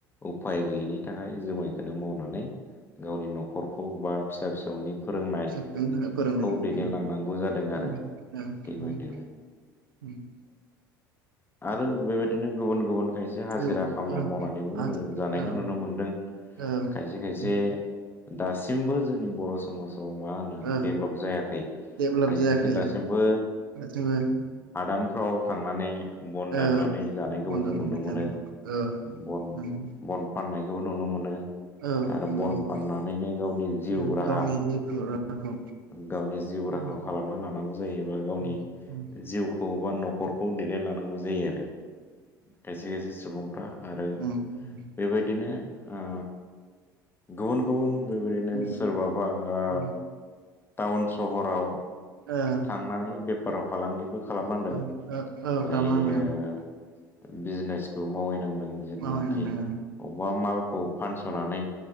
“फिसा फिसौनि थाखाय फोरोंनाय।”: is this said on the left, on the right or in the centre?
Right